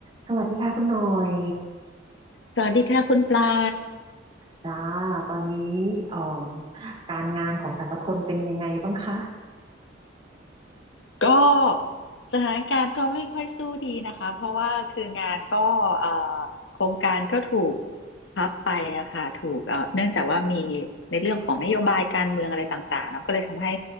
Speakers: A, on the right; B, on the left.
A: สวัสดีค่ะคุณหน่อย
B: สวัสดีค่ะคุณปลา
A: จ้าตอนนี้อ่อมการงานของแต่ละคนเป็นยังไงบ้างคะ
B: ก็สถานการณ์ก็ไม่ค่อยสู้ดีนะคะเพราะว่าคืองานก็เอ่อโครงการก็ถูกพับไปอะค่ะถูกเอ่อเนื่องจากว่ามีในเรื่องของนโยบายการเมืองอะไรต่างๆเนาะก็เลยทำให้